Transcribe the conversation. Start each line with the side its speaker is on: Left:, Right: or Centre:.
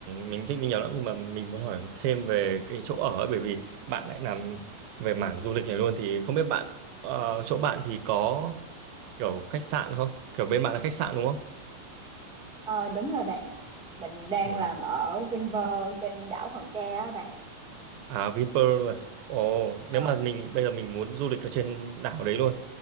Right: mình thích đi nhiều lắm nhưng mà mình muốn hỏi thêm về cái chỗ ở ấy, bởi vì bạn lại làm về mảng du lịch này luôn thì không biết bạn ờ, chỗ bạn thì có kiểu khách sạn không? Kiểu bên bạn là khách sạn đúng không?
Centre: Ờ đúng rồi bạn Mình đang
Right: Ừ.
Centre: làm ở Vinpearl trên đảo Hòn Tre á bạn
Right: À Vinpearl. à. Ồ, nếu
Centre: Ờ
Right: mà mình bây giờ mình muốn du lịch ở trên đảo đấy luôn.